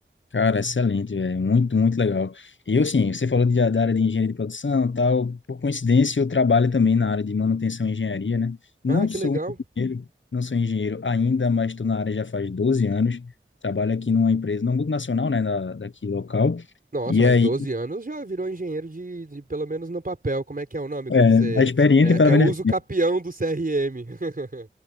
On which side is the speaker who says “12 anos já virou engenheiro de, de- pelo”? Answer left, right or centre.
Right